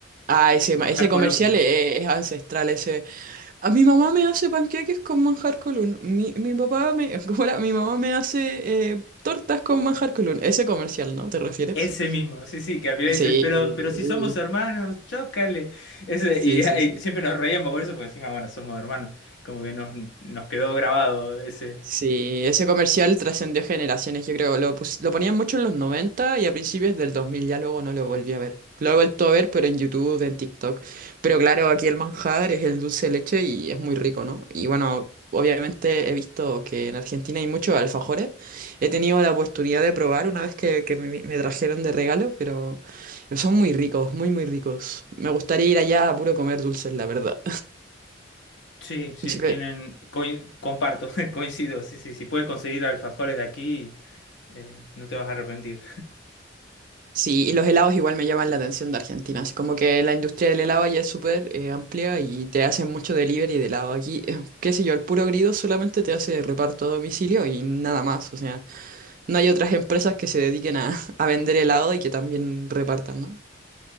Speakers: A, on the right; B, on the left.
A: Ah, ese, ma-
B: manjar
A: ese comercial
B: Colón.
A: e- es, ancestral, ese. A mi mamá me hace panqueques con manjar colún. Mi, mi papá me. <laughs> ¿Cómo era? Mi mamá me hace eh, tortas con manjar colún. Ese comercial, ¿no? ¿Te refieres?
B: Ese mismo, sí, sí, que al final
A: Sí.
B: dice, pero, pero si somos hermanos, chócale. Ese,
A: Sí,
B: y, <laughs>
A: sí, sí.
B: y siempre nos reíamos con eso, porque encima, bueno, somos hermanos. Como que nos, nos quedó grabado ese.
A: Sí, ese comercial trascendió generaciones, yo creo. Lo, pus- lo ponían mucho en los 90 y a principios del 2000, ya luego no lo volví a ver. Lo he vuelto a ver, pero en YouTube, en TikTok. Pero claro, aquí el manjar es el dulce de leche y es muy rico, ¿no? Y bueno, obviamente he visto que en Argentina hay muchos alfajores. He tenido la oportunidad de probar una vez que, que me, me trajeron de regalo, pero son muy ricos, muy, muy ricos. Me gustaría ir allá a puro comer dulces, la verdad.
B: Sí, sí,
A: <laughs>
B: tienen. coin- comparto, <laughs> coincido, sí, sí. Si puedes conseguir alfajores de aquí, eh, no te vas a arrepentir.
A: Sí, y los helados igual me llaman la atención de Argentina, así como que la industria del helado ya es súper eh, amplia y te hacen mucho delivery de helado. Aquí, eh, qué sé yo, el puro grido solamente te hace reparto a domicilio y nada más, o sea, no hay otras empresas que se dediquen a, <laughs> a vender helado y que también repartan, ¿no?